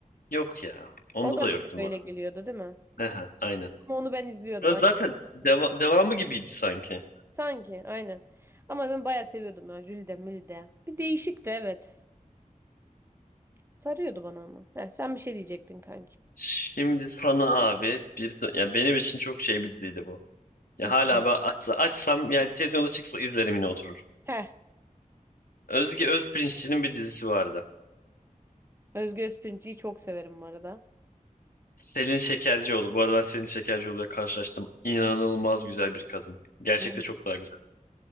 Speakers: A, on the left; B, on the right.
A: Yok ya. Onda
B: O da
A: da
B: bir
A: yoktum
B: tık öyle
A: abi.
B: geliyordu değil mi?
A: Heh, aynen.
B: Ama onu ben izliyordum.
A: Ya
B: Aşırı
A: zaten
B: seviyordum.
A: deva- devamı gibiydi sanki.
B: Sanki aynen. Ama ben bayağı seviyordum ya. Jülide Mülide. Bir değişikti evet. Sarıyordu bana ama. Heh, sen bir şey diyecektin kanki.
A: Şimdi sana abi bir ya benim için çok şey bir diziydi bu. Ya
B: İlk
A: hala
B: önce.
A: ben açsa, açsam yani televizyonda çıksa izlerim yine oturur.
B: Heh.
A: Özge Özpirinççi'nin bir dizisi vardı.
B: Özge Özpirinç'i çok severim bu arada.
A: Selin Şekercioğlu. Bu arada ben Selin Şekercioğlu'yla karşılaştım. İnanılmaz güzel bir kadın. Gerçekte
B: Yani.
A: çok daha güzel.